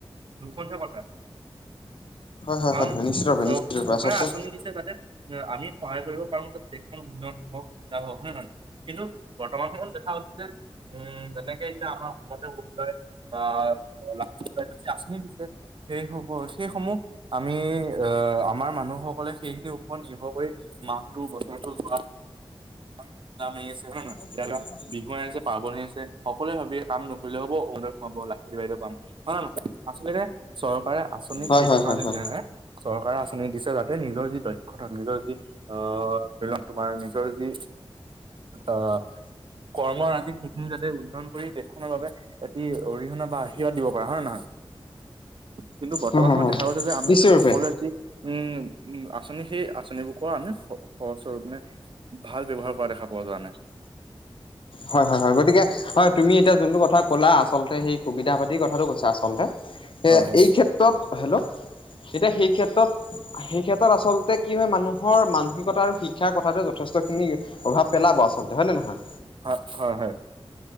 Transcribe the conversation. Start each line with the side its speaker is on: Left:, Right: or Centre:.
Right: দুখন কথাা
Left: হয় হয়
Right: কাৰণ
Left: হয় হয় নিশ্চিত ৰূপে
Right: চ
Left: নিশ্চিত ৰূপে
Right: চকে
Left: আচলতে
Right: আঁচনি দিছে তাতে আমি সহায় কৰিব পাৰো যাতে দেখোন উন্নয়ন হওক বিা হওক নে নহয় কিন্তু বৰ্তমানত হ দে উম তেনেকে এতিয়া আমাৰ অসমতে বৰে বা ল আনি দিছে সেই সকল সেই সমূহ আমি আহ আমাৰ মানুহসকলে সেইখিনিৰ ওপৰত নিৰ্ভৰ কৰি মাহতটো বছৰটো যোৱা ঠাণ্ডা মাৰি আছে হয় নে নহয়
Left: অ
Right: বিহুৱ আহ আছে পাৰ্বন হৈ আহ আছে সকলোৱে ভাবিয় কাম নকৰিলে হ'ব অনুুৰ সমাব লাখপতি বাইদেউ কাম হয় আচলতে চৰকাৰে আঁচনি
Left: হয়
Right: সেইটো
Left: হয়
Right: কাৰণে
Left: হয় হয়
Right: দিয়া নাই চৰকাৰে আঁচনি দিছে যাতে তাতে নিজৰ যি দক্ষতা নিজৰ যি আহ ধৰি লওক তোমাৰ নিজৰ যি অ কৰ্ম আজি সেইখিনি যাতে উল্য়ন কৰি দেশখনৰ বাবে এটি অৰিহণা বা আৰ্শীৰ্বাদ দিব পাৰে হয় নে নহয় কিন্তু বৰ্তমান
Left: হয় হয়
Right: সময়ত
Left: হয়
Right: দেখা
Left: হয়
Right: গৈছে যে আমি
Left: নিশ্চিত
Right: সকলোৱে
Left: ৰূপে
Right: যি উম উ আঁচনি সেই আঁচনিবোৰ ক আমি সহজৰূপ মানে ভাল ব্যৱহাৰ কৰা দেখা পোৱা যোৱা নাই
Left: হয় হয় হয় গতিকে হয় তুমি এতিয়া যোনটো কথা ক'লা আচলতে সেই সুবিধা পাদ কথাটো কৈছা আচলতে
Right: হয়
Left: এ
Right: হয়
Left: এই ক্ষেত্ৰত হেল্লো এতিয়া সেই ক্ষেত্ৰত সেই ক্ষেত্ৰত আচলতে কি হয় মানুহৰ মানসিকতা আৰু শিক্ষাৰ কথাটো যথেষ্টখিনি প্ৰভাৱ পেলাব আচলতে হয় নে নহয়
Right: হয় হয় হয়